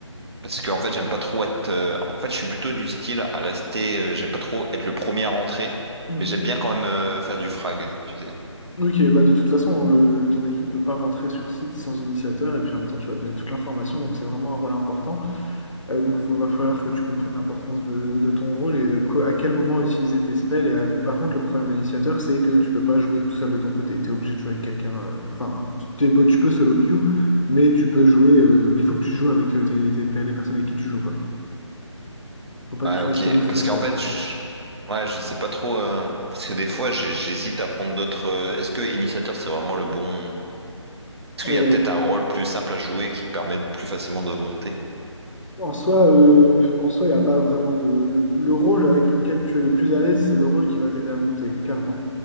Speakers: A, on the right; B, on the left.
A: Parce que en fait, j'aime pas trop être. euh, En fait, je suis plutôt du style à rester. euh, J'aime pas trop être le premier à rentrer,
B: Mhm.
A: mais j'aime bien quand même euh, faire du frag, tu sais.
B: Ok, bah de toute façon, euh, ton équipe peut pas rentrer sur site sans initiateur, et puis en même temps, tu vas donner toute l'information, donc c'est vraiment un rôle important. Euh, donc, il va falloir que tu comprennes l'importance de, de ton rôle et de co- à quel moment utiliser tes spells. Et à- par contre, le problème de l'initiateur, c'est que tu peux pas jouer tout seul de ton côté. Tu es obligé de jouer avec quelqu'un. euh, Enfin, t'es beau- tu peux solo queue, mais tu peux jouer. euh, mais il faut que tu joues avec euh, tes, tes- les personnes avec qui tu joues, quoi. Faut pas
A: Ouais,
B: que tu fasses
A: ok.
B: tes moves
A: Parce
B: tout seul.
A: qu'en fait, je... ouais, je sais pas trop. euh, Parce que des fois, j'ai- j'hésite à prendre d'autres. euh, Est-ce que initiateur, c'est vraiment le bon. Est-ce qu'il
B: Euh,
A: y a peut-être un rôle plus simple à jouer qui permet plus facilement de monter?
B: En soi, euh, en soi, il n'y a pas vraiment de... Le, le rôle avec lequel tu es le plus à l'aise, c'est le rôle qui va t'aider à monter, clairement.